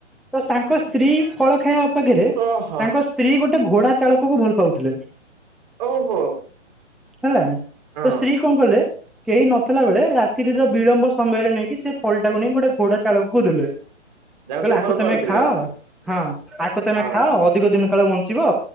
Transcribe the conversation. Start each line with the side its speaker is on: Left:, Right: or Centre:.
Centre: ତ ତାଙ୍କ ସ୍ତ୍ରୀ ଫଳ ଖାଇବା ପାଖରେ
Right: ଓହୋ
Centre: ତାଙ୍କ ସ୍ତ୍ରୀ ଗୋ ଗୋଟେ ଘୋଡା ଚାଳକକୁ ଭଲ ପାଉଥିଲେ।
Right: ଓହୋ
Centre: ହେଲା
Right: ହଁ
Centre: ତ ସ୍ତ୍ରୀ କଣ କଲେ କେହି ନଥିଲା ବେଳେ ରାତ୍ରିର ବିଳମ୍ବ ସମୟରେ ନେଇକି ସେ ଫଳଟାକୁ ନେଇି ଗୋଟେ ଘୋଡା ଚାଳକକୁ ଦେଲେ କହିଲେ
Right: ଯାହାକୁ ସେ
Centre: ଆକୁ
Right: ଭଲ
Centre: ତମେ
Right: ପାଉଥିଲେ
Centre: ଖାଅ ହଁ ଆକୁ ତମେ
Right: ହଁ
Centre: ଖାଅ ଅଧିକ ଦିନ କାଳେ ବଞ୍ଚିବ